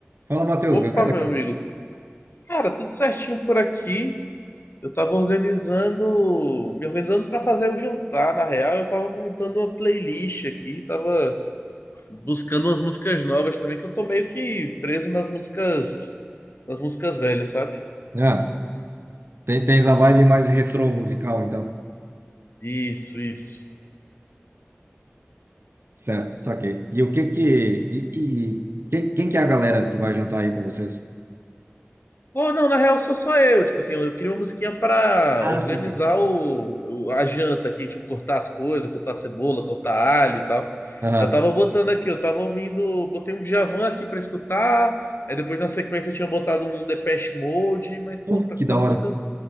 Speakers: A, on the right; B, on the left.
A: Fala, Matheus,
B: Opa,
A: beleza,
B: meu
A: cara?
B: amigo. Cara, tudo certinho por aqui. Eu tava organizando, me organizando para fazer o jantar, na real, eu tava montando uma playlist aqui, tava buscando umas músicas novas também, que eu tô meio que preso nas músicas, nas músicas velhas, sabe?
A: Ah, tem, tens a vibe mais retrô musical, então.
B: Isso, isso.
A: Certo, saquei. E o que que... E, e quem, quem que é a galera que vai jantar aí com vocês?
B: Pô, não, na real sou só eu. Tipo assim, eu, eu queria uma musiquinha pra
A: Ah,
B: organizar
A: saquei.
B: o, o- a janta aqui, tipo, cortar as coisas, cortar cebola, cortar alho e tal.
A: Aham.
B: Eu tava botando aqui, eu tava ouvindo, botei um Djavan aqui pra escutar, aí depois na sequência eu tinha botado um Depeche Mode, mas, pô,
A: Uh,
B: tá-
A: que
B: tava
A: da hora.
B: buscando,